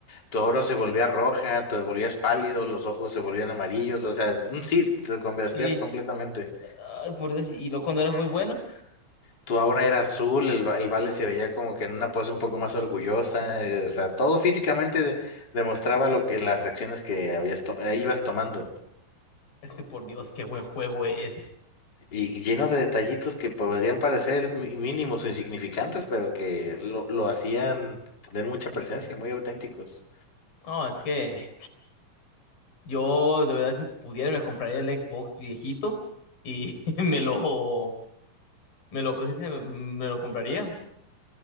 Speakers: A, on the left; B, on the left.
A: tu oro se volvía roja, te volvías pálido, los ojos se volvían amarillos, o sea, un- sí, te convertías
B: Sí,
A: completamente.
B: ay, por Dios, y luego cuando era muy bueno,
A: Tu aura era azul, el, va- el vale se veía como que en una pose un poco más orgullosa, eh, o sea, todo físicamente de- demostraba lo que las acciones que habías to- eh, ibas tomando.
B: es que por Dios, qué buen juego es.
A: Y lleno de detallitos que podrían parecer mi- mínimos o insignificantes, pero que lo, lo hacían tener mucha presencia, muy auténticos.
B: No, es que yo de verdad si pudiera me compraría el Xbox viejito y <laughs> me lo, me lo, ¿cómo se dice? Me lo compraría.